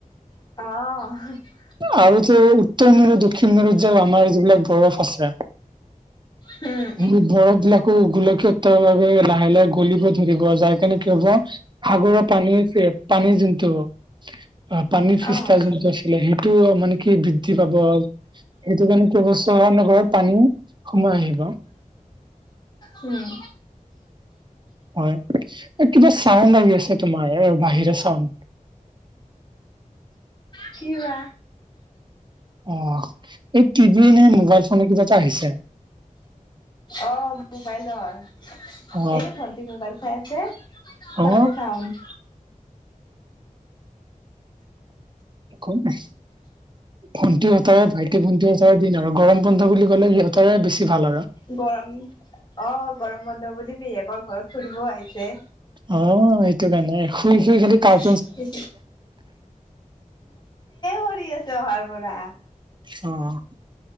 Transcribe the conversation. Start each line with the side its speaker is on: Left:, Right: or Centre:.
Left: অ
Right: আৰু তো উত্তৰ মেৰু দক্ষিণ মেৰুত যে আমাৰ যিবিলাক বৰফ আছে
Left: হোম
Right: মোৰ বৰফ বিলাকো গোলকীয়ত উত্তাপৰ বাবে লাহে লাহে গলিব ধৰিব যাৰ কাৰণে কি হ'ব সাগৰৰ পানী যে পানীৰ যোনটো অ পানীৰ ফিষ্টা
Left: অ',
Right: যোনটো আছিলে সেইটো মানে কি বৃদ্ধি পাব সেইটো কাৰণে কি হ'ব চহৰ নগৰত পানী সোমাই আহিব
Left: উম
Right: হয় কিবা চাউণ্ড আহি আছে তোমাৰ এ বাহিৰে চাউণ্ড
Left: কিবা
Right: অ এই টিভি নে মোবাইল ফোনৰ কিবা এটা আহিছে
Left: অ', মোবাইলৰ
Right: অ
Left: এই ভণ্টি মোবাইল চাই আছে তাৰে
Right: অ
Left: চাওঁন
Right: একো নাই ভণ্টিহঁতৰ ভাইটি ভণ্টি হঁতৰ দিন আৰু গৰম বন্ধ বুলি কলে সিহঁতৰে বেছি ভাল আৰু
Left: গৰম অ গৰম বন্ধ বুলি পেহীয়েকৰ ঘৰত ফুৰিব আহিছে
Right: অ সেইটো কাৰণে শুই শুই খালি কাৰ
Left: সেইয়ে কৰি আছে অহাৰ পৰা
Right: অ,